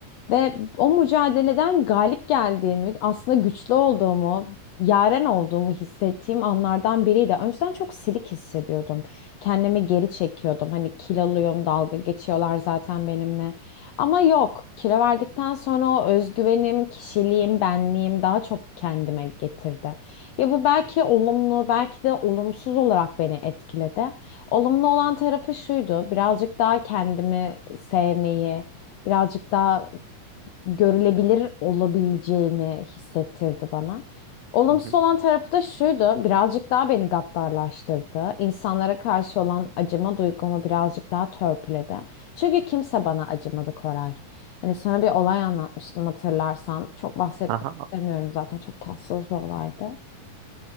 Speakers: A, on the left (about 85°); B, on the right (about 85°).
A: Ve o mücadeleden galip geldiğimi, aslında güçlü olduğumu, yaren olduğumu hissettiğim anlardan biriydi. Önceden çok silik hissediyordum. Kendimi geri çekiyordum. Hani kiloluyum, dalga geçiyorlar zaten benimle. Ama yok, kilo verdikten sonra o özgüvenim, kişiliğim, benliğim daha çok kendime getirdi. Ya bu belki olumlu, belki de olumsuz olarak beni etkiledi. Olumlu olan tarafı şuydu, birazcık daha kendimi sevmeyi, birazcık daha görülebilir olabileceğimi hissettirdi bana. Olumsuz
B: Hı hı.
A: olan tarafı da şuydu, birazcık daha beni gaddarlaştırdı. İnsanlara karşı olan acıma duygumu birazcık daha törpüledi. Çünkü kimse bana acımadı Koray. Hani sana bir olay anlatmıştım hatırlarsan. Çok bahsetmek
B: Aha.
A: istemiyorum zaten, çok tatsız bir olaydı.